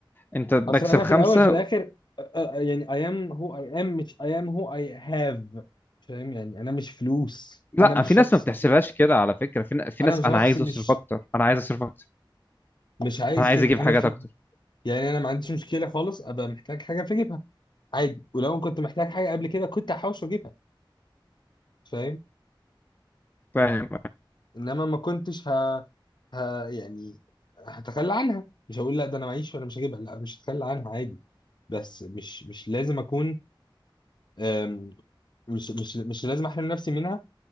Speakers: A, on the left (about 25°); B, on the left (about 60°).
A: انت بكسب
B: اصل انا
A: خمسه
B: في الاول في الاخر أ- أ- يعني I am who I am مش I am who I have فاهم يعني انا مش فلوس
A: لا
B: انا مش
A: في
B: شخص
A: ناس ما بتحسبهاش كده على فكرة في, ن- في
B: انا
A: ناس
B: مش شخص
A: انا عايز
B: مش
A: اصرف اكتر انا عايز اصرف اكتر
B: مش عايز
A: انا عايز
B: كده
A: اجيب حاجات
B: انا في
A: اكتر
B: يعني انا ما عنديش مشكله خالص ابقى محتاج حاجه فاجيبها عادي ولو كنت محتاج حاجه قبل كده كنت هحوش واجيبها فاهم
A: فاهم
B: انما ما كنتش ه... ه... يعني هتخلى عنها مش هقول لا ده انا معيش وانا مش هجيبها لا مش هتخلى عنها عادي بس مش مش لازم اكون أم، مش مش مش لازم احرم نفسي منها